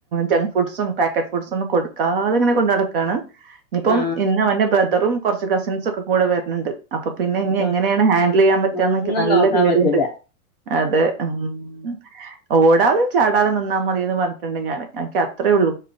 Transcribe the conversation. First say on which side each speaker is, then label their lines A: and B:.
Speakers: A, on the right; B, on the left.
A: ജങ്ക് ഫുഡ്സും പാക്കറ്റ് ഫുഡ്സും ഒന്നും കൊടുക്കാതെ അങ്ങനെ കൊണ്ടുനടക്കാണ്. ഇന്ന് ഇപ്പം
B: ആ
A: ഇന്ന് അവന്റെ ബ്രദറും കൊറച്ച് കസിൻസും ഒക്കെ കൂടെ വരുന്നുണ്ട്. അപ്പൊ പിന്നെ
B: അപ്പൊ
A: ഇനി എങ്ങനെയാണ് ഹാന്ൻഡിൽ ചെയ്യൻ പ റ്റുവാ
B: ഒന്നും
A: എനിക്ക് നല്ല
B: നോക്കാൻ
A: പേടിയുണ്ട്,
B: പറ്റൂല
A: അതെ ഉം. ഓടാനും ചാടാനും നിന്നാൽ മതിന്ന് പറഞ്ഞിട്ടുണ്ട് ഞാന് എനിക്ക് അത്രേയുള്ളൂ.